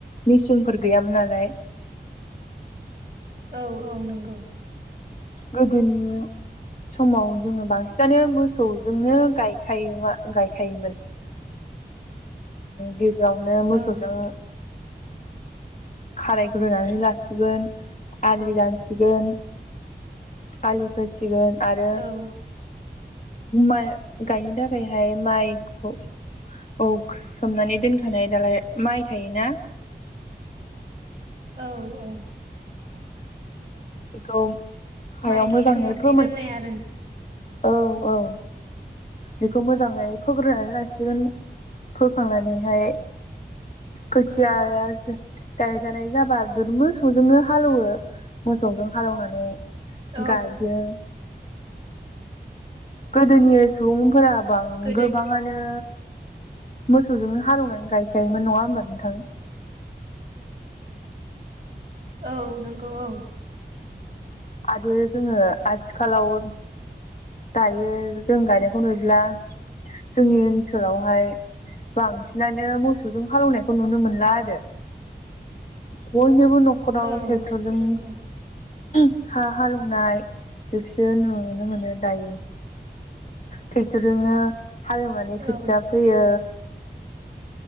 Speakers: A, on the left; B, on the right.
A: मिसिंफोर गैयामोन नालाय
B: औ औ नंगौ
A: गोदोनि समाव जोङो बांसिनानो मोसौजोंनो गायखायो गायखायोमोन गिबियावनो मोसौजों
B: औ
A: खाराय ग्रोनानै लासिगोन आलि दानसिगोन आलिखोसिगोन आरो
B: औ
A: माय गायनो थाखायहाय माइखौ औ सोमनानै दोनखानाय दालाय माइ थायोना
B: औ औ
A: बेखौ हायाव
B: माइलि
A: मोजाङै
B: सोमनानै
A: फोमोन
B: दोननाय आरो
A: औ औ बेखौ मोजाङै फोग्रोनानै लासिगोन फोखांनानैहाय खोथिया गाहैजानाय जाबा मोसौजोंनो हालौवो मोसौजों हालौवनानै
B: औ
A: गायो गोदोनि सुबुंफोरा बां
B: गोदोनि
A: गोबाङानो मोसौजोंनो हालौवनानै गायखायोमोन नङा होमबा नोंथां
B: औ नंगौ औ
A: आरो जोङो आथिखालाव दायो जों गायनायखौ नुयोब्ला जोंनि ओनसोलावहाय बांसिनानो मोसौजों हालौनायखौ नुनो मोनला आरो बयनो गुबुन नखराव
B: औ
A: ट्रेक्टरजों
B: नंगौ
A: हा हालौवनाय बेखौसो नुनो मोनो दायो ट्रेक्टरजोंनो हालेवनानै
B: औ
A: खोथिया फैयो